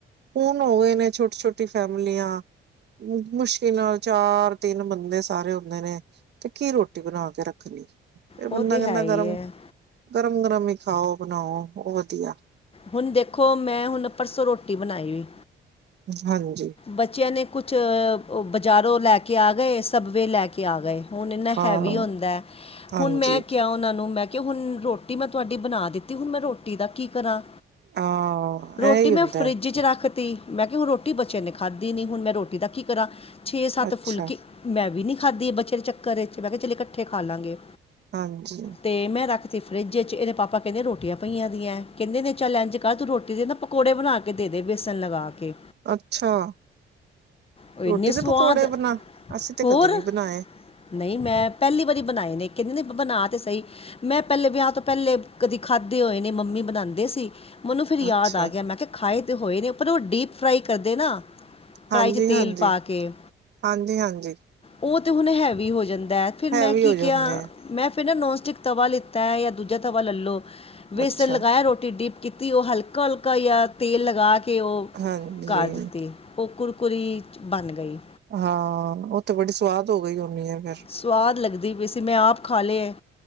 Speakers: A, on the right (about 60°); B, on the left (about 30°).
A: ਹੁਣ ਹੋ ਗਏ ਨੇ। ਛੋਟੀ- ਛੋਟੀ ਫੈਮਲੀਆਂ। ਮੁਸ਼ਕਿਲ ਨਾਲ, ਚਾਰ, ਤਿੰਨ ਬੰਦੇ ਸਾਰੇ। ਦੇ ਨੇ, ਤੇ ਕੀ, ਰੋਟੀ ਬਣਾ ਕੇ, ਰੱਖ ਲਈ ਫੇਰ, ਬੰਦਾ
B: ਉਹ ਤਾਂ
A: ਕਹਿੰਦਾ
B: ਹੈ ਹੀ
A: ਗਰਮ।
B: ਹੈ
A: ਗਰਮ- ਗਰਮ, ਹੀ ਖਾਓ ਬਣਾਓ, ਉਹ ਵਧੀਆ।
B: ਹੁਣ ਦੇਖੋ, ਮੈਂ ਹੁਣ ਪਰਸੋਂ, ਰੋਟੀ ਬਣਾਈ ਹੋਈ।
A: ਹਾਂਜੀ।
B: ਬੱਚਿਆਂ ਨੇ, ਕੁਛ ਬਜ਼ਾਰੋਂ, ਲੈ ਕੇ ਆ ਗਏ। ਸਬਵੇ, ਲੈ ਕੇ, ਆ ਗਏ। ਹੁਨ ਏਨਾ
A: ਹਾਂ
B: ਹੈਵੀ ਹੁੰਦੇ,
A: ਹਾਂਜੀ
B: ਹੁਨ ਮੈਂ ਕਿਹਾ ਉਹਨਾਂ ਨੂੰ ਮੈਂ ਕਿ ਹੁਨ ਰੋਟੀ ਮੈਂ ਤੁਹਾਡੀ ਬਨਾ ਦਿੱਤੀ ਤੇ ਹੁਨ ਮੈਂ ਰੋਟੀ ਦਾ ਕੀ ਕਰਾਂ
A: ਹਾਂ,
B: ਰੋਟੀ
A: ਇਹੀ
B: ਮੈਂ
A: ਹੁੰਦਾ
B: ਫਰਿੱਜ
A: ਹੈ।
B: ਚ ਰੱਖ ਤੀ ਮੈਂ ਕਿਹਾ ਹੁਨ ਰੋਟੀ ਬੱਚਿਆਂ ਨੇ ਖਾਧੀ ਨੀ, ਹੁਨ ਮੈਂ ਰੋਟੀ ਦਾ ਕੀ ਕਰਾਂ ਛੇ ਸੱਤ
A: ਅੱਛਾ
B: ਫੁਲਕੇ ਮੈਂ ਵੀ ਨੀ ਖਾਧੀ। ਬੱਚੇ ਦੇ ਚੱਕਰ ਵਿੱਚ। ਮੈਂ ਕਿਹਾ ਚੱਲ, ਇਕੱਠੇ ਖਾ ਲਾਂਗੇ।
A: ਹਾਂਜੀ
B: ਤੇ ਮੈਂ- ਤੇ ਫਰਿੱਜ ਵਿੱਚ। ਇਹਦੇ ਪਾਪਾ ਕਹਿੰਦੇ ਰੋਟੀਆਂ, ਪਈਆਂ ਦੀਆਂ। ਕਹਿੰਦੇ ਤੁ ਚੱਲ ਅੰਜ ਕਰ, ਤੂੰ ਰੋਟੀ ਦੇ ਨਾ ਪ- ਪਕੌੜੇ ਬਣਾ ਕੇ। ਦੇ, ਦੇ ਵੇਸਨ ਲਗਾ ਕੇ।
A: ਅੱਛਾ।
B: ਉਹ
A: ਰੋਟੀ
B: ਇੰਨੇ
A: ਦੇ
B: ਸਵਾਦ
A: ਪਕੌੜੇ ਬਣਾ। ਅਸੀਂ ਤੇ,
B: ਹੋਰ
A: ਕਦੇ ਨੀ ਬਣਾਏ।
B: ਨਹੀਂ, ਮੈਂ ਪਹਿਲੀ, ਵਾਰੀ ਬਣਾਏ ਨੇ। ਕਹਿੰਦੇ ਨੇ, ਬਣਾ ਤਾਂ ਸਹੀ। ਮੈਂ ਪਹਿਲੇ, ਵਿਆਹ ਤੋਂ ਪਹਿਲੇ, ਕਦੀ ਖਾਧੇ ਹੋਏ ਨੇ। ਮੰਮੀ ਬਣਾਉਂਦੇ ਸੀ। ਮੈਨੂੰ ਫੇਰ ਯਾਦ,
A: ਅੱਛਾ
B: ਆ ਗਿਆ। ਮੈਂ ਕਿਹਾ, ਖਾਏ ਤਾਂ ਹੋਏ ਨੇ। ਪਰ ਉਹ ਡੀਪ ਫਰਾਈ ਕਰਦੇ ਨਾ। ਕੜਾਹੀ
A: ਹਾਂਜੀ
B: ਚ, ਤੇਲ
A: ਹਾਂਜੀ
B: ਪਾ ਕੇ,
A: ਹਾਂਜੀ ਹਾਂਜੀ
B: ਉਹ ਤੇ, ਹੁਣ ਹੈਵੀ ਹੋ, ਜਾਂਦਾ ਹੈ। ਫੇਰ, ਮੈਂ
A: ਹੈਵੀ
B: ਕੀ
A: ਹੋ ਜਾਂਦੇ
B: ਕਿਹਾ।
A: ਆ
B: ਮੈਂ ਫੇਰ ਨਾ, ਨੋਨ ਸਟਿਕ ਤਵਾ ਲਿੱਤਾ ਹੈ। ਜਾਂ ਦੂਜਾ ਤਵਾ ਲੈ ਲਓ। ਬੇਸਨ
A: ਅੱਛਾ
B: ਲਗਾਾਇਆ, ਰੋਟੀ ਡਿਪ। ਕੀਤੀ ਉਹ ਹਲਕਾ ਹਲਕਾ ਯਾ ਤੇਲ ਲਗਾ ਕੇ ਉਹ
A: ਹਾਂਜੀ
B: ਕਰ ਦਿੱਤੀ ਉਹ ਕੁਰਕੁਰੀ ਬਨ ਗਈ
A: ਹਾਂ, ਉਹ ਤੇ ਬੜੀ ਸਵਾਦ ਹੋ ਗਈ ਹੋਨੀ ਏ ਫੇਰ
B: ਸਵਾਦ ਲੱਗਦੀ ਪੀ ਸੀ। ਮੈਂ ਆਪ ਖਾ ਲਏ ਹੈ